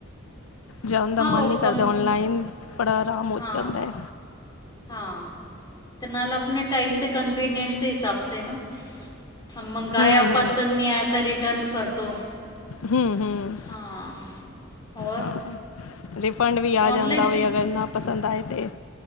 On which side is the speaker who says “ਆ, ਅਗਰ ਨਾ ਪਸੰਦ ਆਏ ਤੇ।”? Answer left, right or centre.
Left